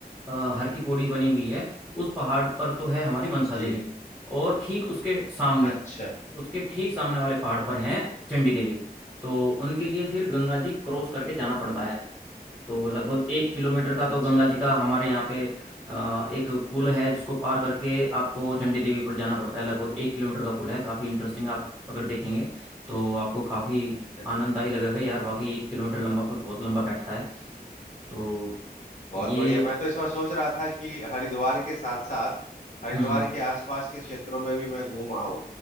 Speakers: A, in the centre; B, on the left.
A: अ, हर की पौड़ी बनी हुई है उस पहाड़ पर तो है हमारी मनसा
B: जी
A: देवी और ठीक उसके सामने
B: अच्छा
A: उसके ठीक सामने वाले पहाड़ पर हैं चंडी देवी तो उनके लिए फिर गंगा जी क्रॉस करके जाना पड़ता है तो लगभग एक किलोमीटर का तो गंगा
B: अच्छा
A: जी का हमारे यहाँ पे अ, एक पुल है जिसको पार करके आपको चंडी देवी पर जाना पड़ता है लगभग एक किलोमीटर का पुल है काफ़ी इंटरेस्टिंग आप अगर देखेंगे तो आपको काफ़ी
B: अच्छा
A: आनंददायी
B: अच्छा।
A: लगेगा यार वाकई एक किलोमीटर लंबा पुल बहुत लंबा बैठता है तो
B: बहुत
A: ये
B: बढ़िया मैं तो इस बार सोच रहा था कि हरिद्वार के साथ साथ हरिद्वार
A: हम्म
B: के आसपास के क्षेत्रों में भी मैं घूम आऊं